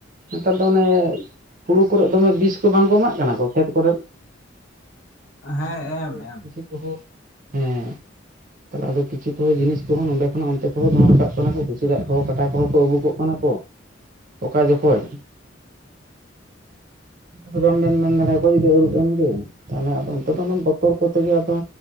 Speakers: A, on the right; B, on the left.
A: ᱱᱮᱛᱟᱨ ᱫᱚ ᱚᱱᱮ ᱦᱩᱲᱩ ᱠᱚᱨᱮᱫ ᱫᱚᱢᱮ ᱵᱤᱥ ᱠᱚ ᱵᱟᱝᱠᱚ ᱮᱢᱟᱜ ᱠᱟᱱᱟ ᱠᱚ ᱠᱷᱮᱛ ᱠᱚᱨᱮ
B: ᱦᱮᱸ
A: ᱛᱟᱦᱚᱞᱮ ᱟᱵᱚ
B: ᱮᱢ ᱮᱢ
A: ᱠᱤᱥᱤ ᱠᱚᱦᱚᱸ ᱦᱮᱸ ᱛᱟᱦᱚᱞᱮ ᱟᱫᱚ ᱠᱤᱪᱷᱩ ᱠᱚᱦᱚᱸ ᱡᱤᱱᱤᱥ ᱠᱚᱦᱚᱸ ᱱᱚᱸᱰᱮ ᱚᱱᱟ ᱚᱱᱛᱮ ᱠᱚᱦᱚᱸ ᱫᱚᱱ ᱨᱟᱠᱟᱵ ᱠᱟᱱᱟ ᱠᱚ ᱠᱤᱪᱷᱩ ᱫᱟᱜ ᱠᱚᱦᱚᱸ ᱠᱟᱴᱟ ᱠᱚᱦᱚᱸ ᱠᱚ ᱟᱹᱵᱩᱠᱚᱜᱼᱼ ᱚᱱᱟ ᱠᱚ ᱚᱠᱟ ᱡᱚᱠᱷᱚᱡᱼᱼ ᱯᱨᱚᱱ ᱵᱮᱱ ᱢᱮᱱ ᱫᱟᱲᱮᱭᱟ ᱠᱚᱣᱟ ᱚᱠᱚᱭ ᱡᱩᱫᱤ ᱟᱹᱨᱩᱵ ᱮᱱ ᱜᱮ᱾ ᱛᱟᱦᱚᱞᱮ ᱟᱫᱚ ᱚᱱᱛᱮ ᱫᱚ ᱚᱱᱟ ᱵᱚᱛᱚᱨ ᱠᱚᱛᱮᱜᱮ ᱟᱫᱚ